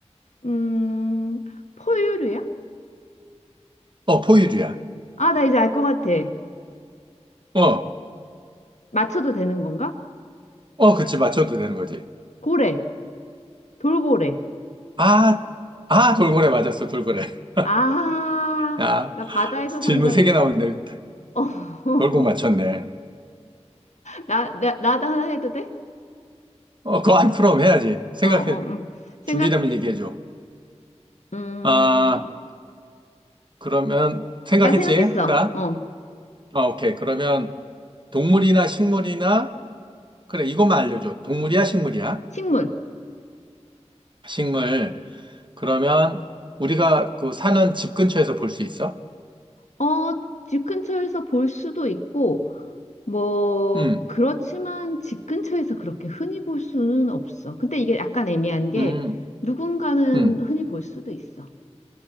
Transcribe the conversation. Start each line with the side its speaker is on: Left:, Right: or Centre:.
Left: 음, 포유류야?
Right: 어, 포유류야.
Left: 아, 나 이제 알 것 같아.
Right: 어,
Left: 맞춰도 되는 건가?
Right: 어, 그치, 맞춰도 되는 거지.
Left: 고래, 돌고래.
Right: 아, 아, 돌고래 맞았어, 돌고래. <laughs>
Left: 아,
Right: 야,
Left: 나 바다에서
Right: 질문
Left: 산다.
Right: 세
Left: 이-
Right: 개 나오는데
Left: 어, <laughs>
Right: 결국 맞췄네.
Left: 나, 나, 나도 하나 해도 돼?
Right: 어, 그거 안 그럼 해야지. 생각해.
Left: 어, 어, 응. 생각해.
Right: 준비되면 얘기해줘.
Left: 음,
Right: 아, 그러면 생각했지?
Left: 나 생각했어.
Right: 한다?
Left: 어,
Right: 아, 오케이. 그러면 동물이나 식물이나, 그래, 이것만 알려줘. 동물이야, 식물이야?
Left: 식물.
Right: 식물. 그러면 우리가 그 사는 집 근처에서 볼 수 있어?
Left: 어, 집 근처에서 볼 수도 있고, 뭐,
Right: 음,
Left: 그렇지만 집 근처에서 그렇게 흔히 볼 수는 없어. 근데 이게 약간 애매한 게
Right: 음,
Left: 누군가는
Right: 음.
Left: 흔히 볼 수도 있어.